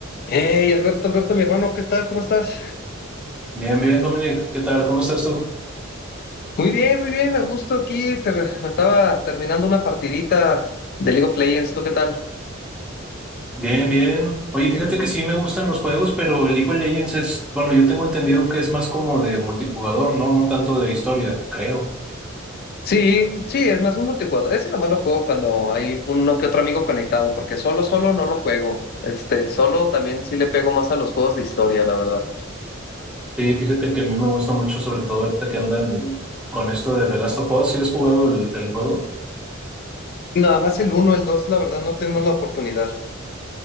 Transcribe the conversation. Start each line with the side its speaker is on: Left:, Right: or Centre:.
Left: Hey, Alberto, Alberto, mi hermano, ¿qué tal? ¿Cómo estás?
Centre: Bien, bien, Dominic, ¿qué tal? ¿Cómo estás tú?
Left: Muy bien, muy bien, a gusto aquí. ter- me estaba terminando una partidita de League of Legends, ¿tú qué tal?
Centre: Bien, bien. Oye, fíjate que sí me gustan los juegos, pero el League of Legends es, bueno, yo tengo entendido que es más como de multijugador, ¿no? No tanto de historia, creo.
Left: Sí, sí, es más un multijugador. Ese nomás lo juego cuando hay uno que otro amigo conectado, porque solo, solo no lo juego. Este, solo también sí le pego más a los juegos de historia, la verdad.
Centre: Sí, fíjate que a mí me gusta mucho, sobre todo ahorita que andan con esto de The Last of Us. ¿Sí has jugado el, el juego?
Left: Nada más el uno, el dos, la verdad, no tengo la oportunidad.